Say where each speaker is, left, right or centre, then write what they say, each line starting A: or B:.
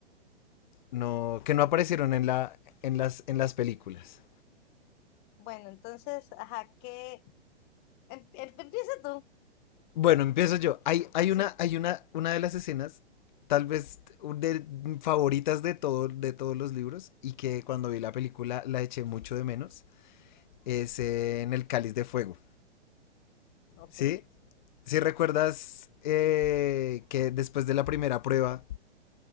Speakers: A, on the left; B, on the left.
A: no, que no aparecieron en la, en las, en las películas.
B: Bueno, entonces, ajá, ¿qué? Em- em- empieza tú.
A: Bueno, empiezo yo. Hay, hay
B: Sí,
A: una, hay una, una de las escenas, tal vez un de, favoritas de todo, de todos los libros y que cuando vi la película la eché mucho de menos. Es eh, en el cáliz de fuego.
B: ok.
A: Sí, si recuerdas eh, que después de la primera prueba